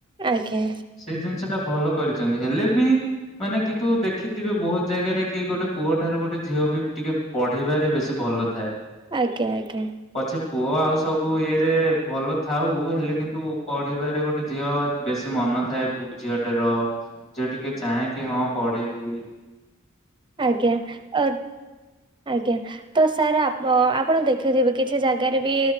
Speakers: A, on the right (about 20°); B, on the left (about 30°).
A: ଆଜ୍ଞା।
B: ସେଇ ଜିନିଷ ଟା ଭଲ କରିଚନ୍ତି ହେଲେ ବି ମାନେ କିନ୍ତୁ ଦେ କିନ୍ତୁ ବହୁତ ଜାଗାରେ କି ଗୋଟେ ପୁଅଠାରୁ ଗୋଟେ ଝିଅ ବି ପଢିବାରେ ବେଶୀ ଭଲ ଥାଏ
A: ଆଜ୍ଞା ଆଜ୍ଞା
B: ପଛେ ପୁଅ ଆଉସ ସବୁ ଇଏ ରେ ଭଲ ଥାଉଁ ହେଲେ କିନ୍ତୁ ପଢିବାରେ ଗୋଟେ ଝିଅ ବେଶୀ ମନ ଥାଏ। ଝିଅ ଟେ ର ଯିଏ ଟିକେ ଚାହେଁ କି ହଁ ପଢିଇବି।
A: ଆଜ୍ଞା ଅ ଆଜ୍ଞା ତ ସାର୍ ଆପ ଆପଣ ଦେଖିଥିବେ କିଛି ଜାଗାରେ ବି